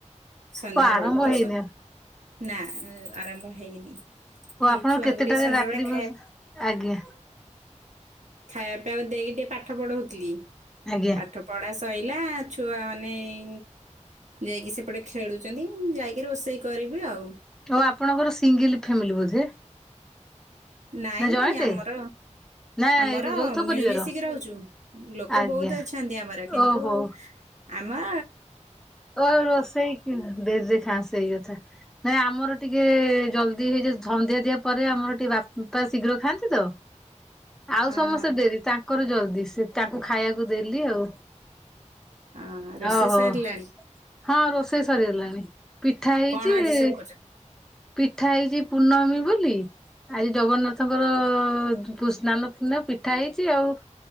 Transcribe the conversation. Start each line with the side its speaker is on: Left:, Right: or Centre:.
Right: ସନ୍ଧ୍ୟା
Centre: ଓ ଆରମ୍ଭ
Right: ବେଳ ତ
Centre: ହେଇନି
Right: ସଂ
Centre: ଓ
Right: ନାଁ ଉ ଆରମ୍ଭ ହେଇନି ଏଇ
Centre: ଆପଣ
Right: ଛୁଆଙ୍କୁ
Centre: କେତେଟାରେ
Right: ଟିଏ ସନ୍ଧ୍ୟା
Centre: ରାତ୍ରି
Right: ବେଳେ
Centre: ଭୋଜ
Right: ଖାୟା
Centre: ଆଜ୍ଞା
Right: ଖାଇଆ ପିଇଆକୁ ଦେଇ ଟିଏ ପାଠ ପଢ଼ଉଥିଲି
Centre: ଆଜ୍ଞା
Right: ପାଠ ପଢ଼ା ତଇଲା ଛୁଆମାନେ ଏଇ ଯାଇକି ସେପଟେ ଖେଳୁଚନ୍ତି ଉଁ ଯାଇକି ରୋଷେଇ କରିବି ଆଉ।
Centre: ଓ ଆପଣଙ୍କର ସିଙ୍ଗଲ୍ ଫେମିଲି ବୋଧେ?
Right: ନାଇଁ
Centre: ନା ଜଏଣ୍ଟ
Right: ଆମର
Centre: ନା
Right: ଆମର
Centre: ଯୌଥ
Right: ମିଳିମିଶିକି
Centre: ପରିବାର
Right: ରହୁଚୁ ଲୋକ
Centre: ଆଜ୍ଞା
Right: ବହୁତ ଅଛନ୍ତି ଆମର କିନ୍ତୁ
Centre: ଓହୋ
Right: ଆ ମା
Centre: ଓ ରୋଷେଇ କି ଦେଇ ଦେଇଥା ସେଇ କଥା। ନାଇଁ ଆମର ଟିକେ ଜଲ୍ଦୀ ହେଇଯା ଝଂଧ୍ୟା ଦିଆ ପରେ ଆମର ଟିକେ ବାପା ଶୀଘ୍ର ଖାଆନ୍ତି ତ ଆଉ
Right: ହଁ
Centre: ସମସ୍ତେ ଡେରି ତାଙ୍କର ଜଲ୍ଦୀ ସେ ତାଙ୍କୁ ଖାଇଆକୁ ଦେଲି ଆଉ।
Right: ଅଁ ହଁ ରୋଷେଇ
Centre: ଓହୋ
Right: ସରିଲାଣି?
Centre: ହଁ ରୋଷେଇ ସରିଅଲାଣି ପିଠା ହେଇଚି
Right: କଣ ଆଜି ସବୁ କରୁଛନ୍ତି?
Centre: ପିଠା ହେଇଚି ପୂର୍ଣ୍ଣମୀ ବୋଲି ଆଜି ଜଗନ୍ନାଥଙ୍କର ଉ ଜୁ ପୁ ସ୍ନାନ ପୂର୍ଣ୍ଣିଆ ପିଠା ହେଇଚି ଆଉ